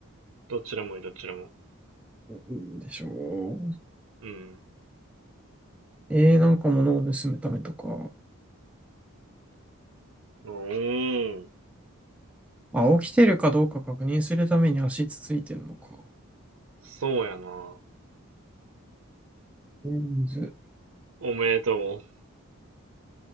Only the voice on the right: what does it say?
どっちでもいい、どっちでも。
うん。
おー。
そうやな。
おめでとう。